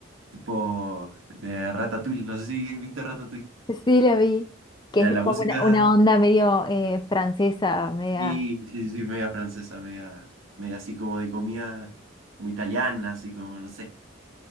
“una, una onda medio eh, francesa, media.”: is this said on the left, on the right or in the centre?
Left